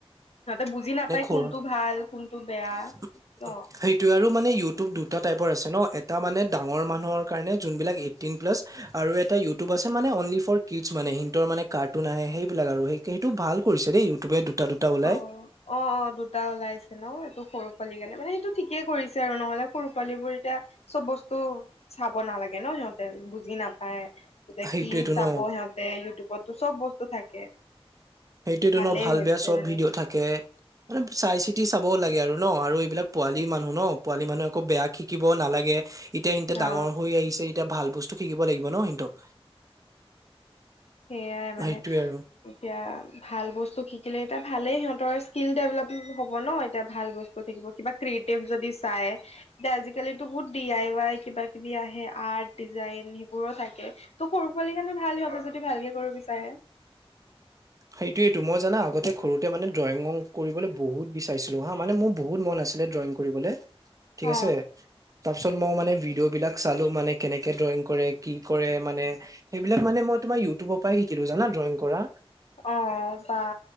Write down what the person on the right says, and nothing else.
<inaudible> সেইটো
আৰু মান দুটা টাপৰ আছে ন এ। টা মানে ডাঙৰ মানুহৰ কাৰণে যোনবিলাক এইটিন প্লাছ আৰু এটা ইউটোব আছে মানে অনলি ফৰ কিডছ মানে। ন হিৰ মানে কাৰ্টন আহে সেইবিলাক আৰু সেই সেইটো ভাল কৰিছে দেই ইউটিউবে দুটা দুটা ওলাই।
সেইটোৱেতো
ন
সেইটোয়তো
ন ভাল
বেয়া চব
ভিডিঅ' থাকে মানে চাই চিতি। চাবও লাগে আৰু ন আৰু এইবিলাক পোৱালি মানুহ ন পোৱালি মানুহ আকৌ বেয়া শিকিবও নালাগে এতিয়া সিহতে ডাঙৰ
হৈ আহিছে এতিয়া ভাল বস্তু শিকিব লাগিব ন সিহঁতক।
সেইটোৱে আৰু
সেইটোয়েইটো মই জানা আগতে সৰুতে মানে ড্ৰয়িং কৰিবলৈ বহুত বিচাৰিছিলো হা মানে মোৰ বহুত মন আছিল। ছিলে ড্ৰয়িং কৰিবলে। ঠিক আছে,
তাৰপিছত মই মানে ভিডিঅ' বিলাক চালো মানে কেনেকে ড্ৰয়িং কৰে। কি কৰে মানে সেইবিলাক মানে মই তোমাৰ ইউটিউবৰ পৰাই শিকিলো জানা ড্ৰয়িং কৰা।